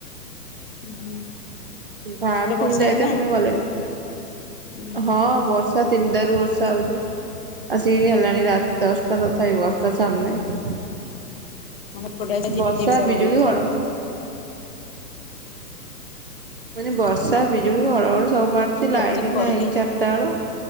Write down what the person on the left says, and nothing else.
ହୁଁ ହୁଁ।
ଗୋଟେ
ବର୍ଷା ହେଇଥିଲା
ଉଁ ହୁଁ
ଉଁ ହୁଁ
ଆମ ଏପଟେ ଆଜି ଝିପିଝିପି
ପକଉଛି।
ରଜ
ପରେ